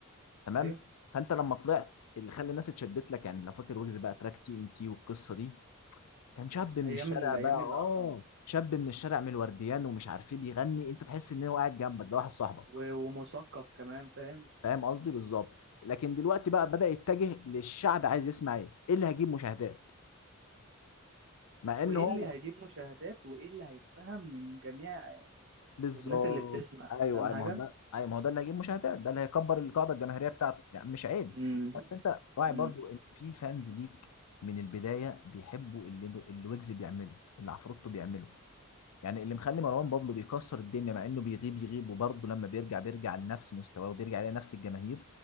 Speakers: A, on the left (about 85°); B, on the right (about 55°).
A: تمام
B: أيوه
A: فانت لما طلعت اللي خلى الناس اتشدت لك يعني لو فاكر ويجز بقى تراك تي ان تي والقصه دي كان شاب من
B: أيام
A: الشارع
B: ال-
A: بقى
B: أيام
A: اه
B: العظمة
A: شاب من الشارع من الورديان ومش عارف ايه بيغني انت تحس ان هو قاعد جنبك ده واحد صاحبك
B: و- ومثقف كمان فاهم
A: فاهم قصدي بالظبط لكن دلوقتي بقى بدأ يتجه للشعب عايز يسمع ايه ايه اللي هيجيب مشاهدات مع
B: وإيه
A: ان هو
B: اللي هيجيب مشاهدات وإيه اللي هيتفهم من جميع
A: بالظبط
B: الناس اللي بتسمع
A: ايوه
B: فاهم
A: ايوه
B: حاجة؟
A: ما هو ده ايوه ما هو ده اللي هيجيب مشاهدات ده اللي هيكبر القاعده الجماهيريه بتاعته يعني مش عيب
B: امم
A: بس انت راعي
B: امم
A: برضو ان في فانز ليك من البدايه بيحبوا اللي اللي ويجز بيعمله اللي عفروتو بيعمله يعني اللي مخلي مروان بابلو بيكسر الدنيا مع انه بيغيب يغيب وبرضه لما بيرجع بيرجع لنفس مستواه وبيرجع لنفس الجماهير